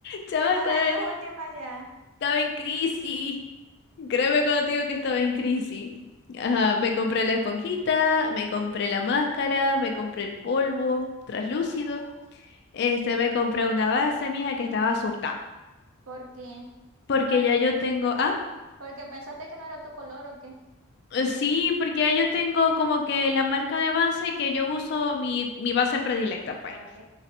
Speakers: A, on the left; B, on the right.
A: Chava,
B: Ya estabas
A: estaba,
B: en las últimas ya.
A: estaba en crisis. Créeme cuando te digo que estaba en crisis. Ajá, me compré la esponjita, me compré la máscara, me compré el polvo traslúcido.
B: Ah,
A: Este, me compré una base, mija, que estaba asustada.
B: ¿por qué?
A: Porque
B: Por-
A: ya yo tengo. Ah,
B: porque pensaste que no era tu color o qué.
A: eh, sí, porque ya yo tengo como que la marca de base que yo uso, mi, mi base predilecta, pues,
B: Ok,